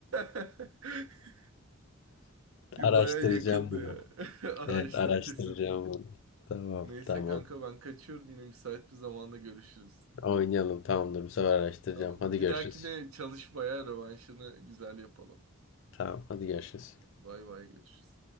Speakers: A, on the right; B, on the left.
A: <laughs>
B: Araştıracağım
A: Baya yakındı
B: bunu.
A: ya. <laughs> Araştır
B: Evet araştıracağım
A: kesin.
B: bunu. Tamam
A: Neyse
B: tamam.
A: kanka ben kaçıyorum yine müsait bir zamanda görüşürüz.
B: Oynayalım tamamdır bu sefer araştıracağım.
A: Tamam.
B: Hadi
A: Bir
B: görüşürüz.
A: dahakine çalışmaya rövanşını güzel yapalım.
B: Tamam hadi görüşürüz.
A: Bay bay görüşürüz.